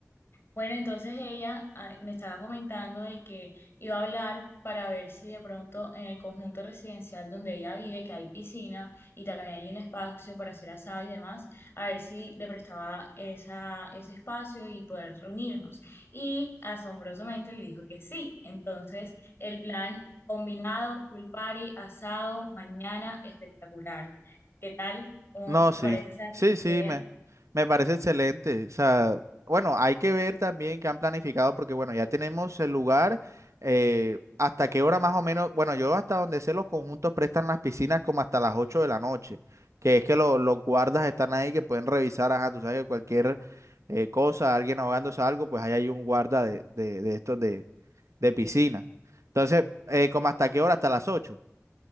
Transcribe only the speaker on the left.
Bueno, entonces ella ah, me estaba comentando de que iba a hablar para ver si de pronto en el conjunto residencial donde ella vive, que hay piscina y también hay un espacio para hacer asado y demás, a ver si le prestaba esa, ese espacio y poder reunirnos. Y asombrosamente le dijo que sí. Entonces, el plan combinado, pool party, asado, mañana, espectacular. ¿Qué tal? ¿Cómo
te parece esa
idea?